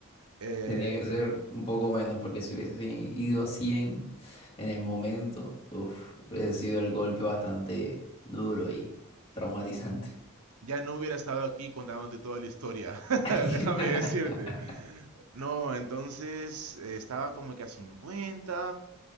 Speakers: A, on the right; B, on the left.
A: Eh,
B: tenía que ser un poco menos porque si hubiese si- ido a cien en el momento, uf, hubiese sido el golpe bastante duro y traumatizante.
A: ya no hubiera estado aquí contándote toda la historia, <laughs>
B: <laughs>
A: déjame decirte. No, entonces eh, estaba como que a 50.